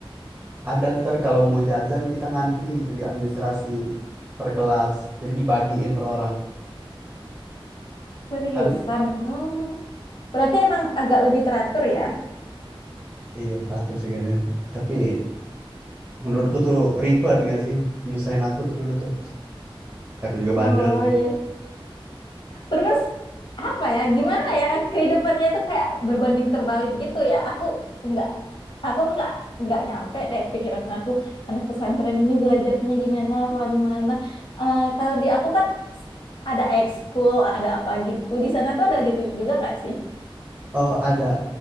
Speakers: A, on the right; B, on the left.
A: Ada ntar kalau mau jajan kita ngantri gitu di administrasi per kelas. Jadi dibagiin per orang.
B: Seriusan.
A: Aneh.
B: Hmm, berarti emang agak lebih teratur ya.
A: Iya teratur sih kayaknya. Tapi Menurutku tuh ribet gak sih? Nyusahin aku tuh dulu tuh. Aku juga
B: Oh
A: bandel sih.
B: iya. Terus apa ya? Gimana ya? Kehidupannya itu kayak berbanding terbalik gitu ya. Aku nggak aku nggak nggak nyampe deh pikiran aku anak pesantren ini belajarnya gimana apa gimana. Eh, kalau di aku kan ada ekskul, ada apa gitu. Di sana tuh ada gitu juga nggak sih?
A: Oh, ada.